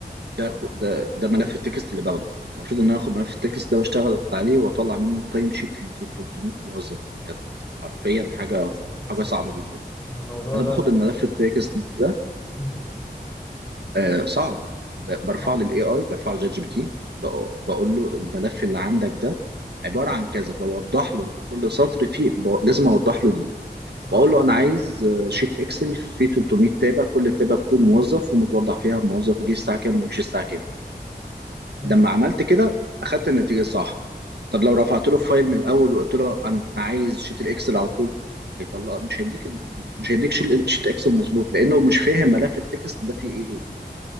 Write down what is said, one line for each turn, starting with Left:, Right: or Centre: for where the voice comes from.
Right: ده ك- ده ده ملف التكست اللي باخده المفروض ان انا اخد ملف التكست ده واشتغل عليه واطلع منه تايم شيت ل 300 موظف كانت حرفيا حاجه
Left: يا ساتر
Right: حاجه صعبه جدا
Left: الموضوع
Right: انا
Left: ده
Right: باخد الملف التكست ده
Left: مم.
Right: آه صعب ب- برفعه
Left: صعب.
Right: للاي اي برفعه لجات جي بي تي بق- بقول له الملف اللي عندك ده عباره عن كذا بوضح له إن كل سطر فيه ب- لازم اوضح له دي
Left: آه.
Right: واقول له انا عايز آه، شيت اكسل فيه 300 تابع كل تابع بكون موظف ومتوضح فيها الموظف جه الساعه كام ومشي الساعه كام
Left: مم.
Right: لما عملت كده اخدت النتيجه الصح طب لو رفعت له الفايل من الاول وقلت له انا عايز شيت الاكسل على طول هيطلع مش هيديك ال- مش هيديك شيل- شيت اكسل مظبوط لانه مش فاهم ملف التكست ده فيه ايه